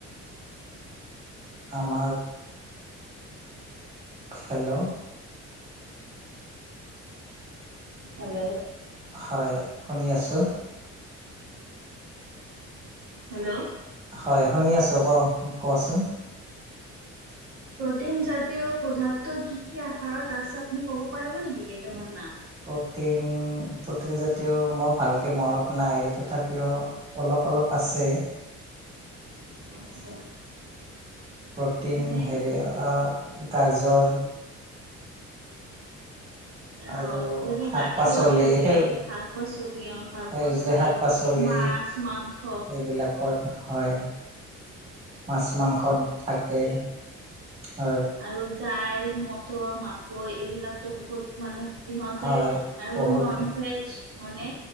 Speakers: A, on the right (about 20°); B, on the right (about 50°).
A: আমাৰ হেল্ল
B: হেল্ল'
A: হয় শুনি আছোঁ
B: হেল্ল'
A: হয় শুনি আছো ক কোৱাচোন।
B: প্ৰটিন জাতীয় পদাৰ্থ কি কি আহাৰত আছে আপুনি কব পাৰিব নেকি কেইটামান নাম?
A: প্ৰ'টিন প্ৰ'টিন জাতীয় মোৰ ভালকৈ মনত নাই তথাপিও অলপ অলপ আছে।
B: আচ্ছা
A: প্ৰটিন
B: যেনে
A: হেৰি আ গাজৰ
B: অ'
A: আৰু
B: যেনে
A: শাক
B: গাখীৰত
A: পাচলি
B: থাকে
A: সেউ
B: শাক পাচলি অ' শাক
A: সেউজীয়া
B: পাচলি
A: শাক পাচলি।
B: মাছ মাংস
A: এইবিলাকত হয়। মাছ মাংসত থাকে হয়।
B: আৰু দাইল মটৰ মাকৈ এইবিলাকতো বহুত মানে সিহতে
A: হয়
B: আৰু
A: বহুত
B: নন ভেজ <unintelligible> মানে